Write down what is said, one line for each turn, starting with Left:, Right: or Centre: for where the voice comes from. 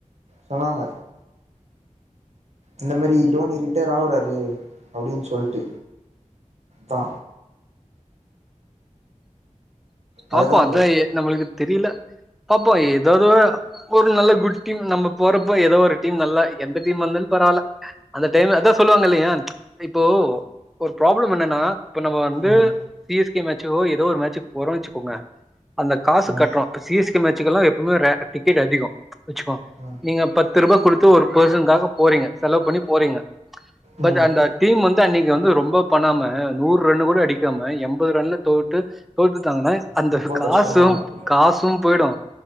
Right: சொன்னாங்க இந்த மாரி டோனி ரிட்டேயர் ஆகுறாரு அப்டின் சொல்ட்டு தா
Centre: பாப்போ
Right: அதுதா
Centre: அதா
Right: ப்ரோ
Centre: எ நமளுக்கு தெரியில பாப்போ ஏதோது ஒரு நல்ல குட் டீம் நம்ம போறப்போ ஏதோ ஒரு டீம் நல்லா எந்த டீம் வந்தாலு பரவாயில்ல அந்த டைம்ல அதா சொல்லுவாங்க இல்லயா இப்போ ஒரு ப்ராப்ளம் என்னன்னா இப்ப நம்ம வந்து
Right: ம்
Centre: சி எஸ் கே மேச்சோ ஏதோ ஒரு மேச்சு போறோ வச்சுக்கோங்க அந்த காசு
Right: ம்
Centre: கட்றோ இப்ப சி எஸ் கே மேச்சுக்கு எல்லா எப்பவுமே ரே டிக்கெட் அதிகோ வச்சுக்கோங்
Right: ம்
Centre: நீங்க பத்து ரூபா கொடுத்து ஒரு பெர்சனுக்காக போறீங்க செலவு பண்ணி போறீங்க
Right: ம்
Centre: பட்
Right: ம்
Centre: அந்த டீம் வந்து அன்னைக்கி வந்து ரொம்ப பண்ணாம நூறு ரன்னு கூட அடிக்காம எம்பது ரன்ல தோத்து தோத்துட்டாங்கன்னா அந்த
Right: ரொம்ப
Centre: காசு
Right: கஷ்டமா இருக்கு
Centre: காசு போயிடு